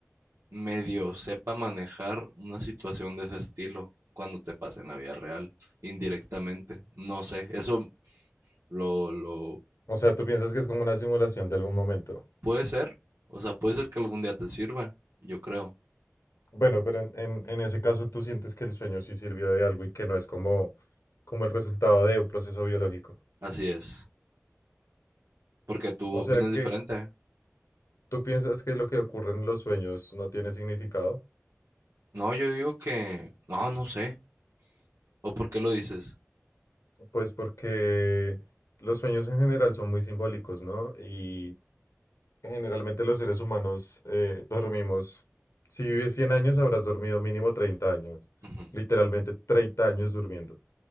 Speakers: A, on the right; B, on the left.
A: medio sepa manejar una situación de ese estilo cuando te pase en la vida real, indirectamente. No sé, eso lo, lo
B: O sea, ¿tú piensas que es como una simulación de algún momento?
A: puede ser. O sea, puede ser que algún día te sirva, yo creo.
B: Bueno, pero en, en- en ese caso tú sientes que el sueño sí sirvió de algo y que no es como, como el resultado de un proceso biológico.
A: Así es. Porque tú
B: O
A: opinas
B: sea que
A: diferente.
B: tú piensas que lo que ocurre en los sueños no tiene significado,
A: No, yo digo que, no, no sé. ¿O por qué lo dices?
B: pues porque los sueños en general son muy simbólicos, ¿no? Y Generalmente los seres humanos eh, dormimos. Si vives 100 años, habrás dormido mínimo 30 años.
A: Ujú,
B: Literalmente 30 años durmiendo.